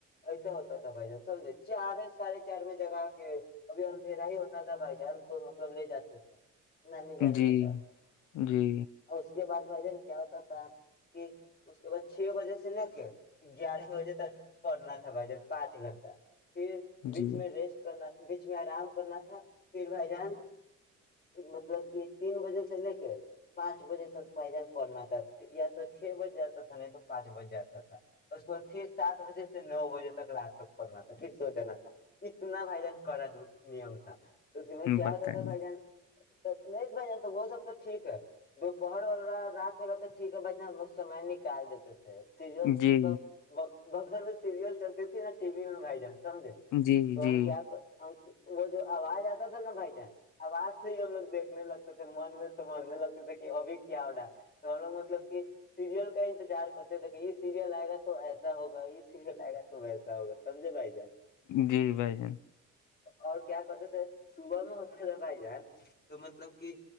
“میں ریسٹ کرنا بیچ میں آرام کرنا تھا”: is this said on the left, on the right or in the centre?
Left